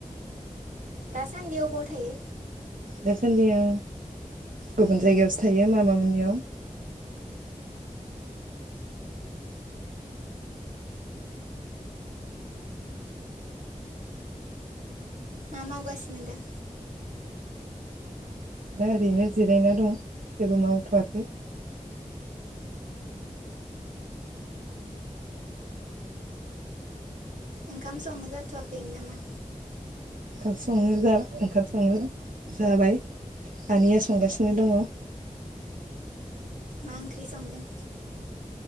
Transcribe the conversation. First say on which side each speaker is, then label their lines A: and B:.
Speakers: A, on the right; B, on the right.
A: दासान्देआव बाव थायो
B: दासान्दि आं गुबुन जायगायावसो थायो मामा मोननियाव
A: मा मावगासिनो दों
B: दा ओरैनो जिरायना दं जेबो मावथ'वाखै
A: ओंखाम संनो जाथ'वाखै नामा?
B: ओंखाम संनो जा ओंखाम संनो जाबाय आनैया संगासिनो दङ।
A: मा ओंख्रि संदों?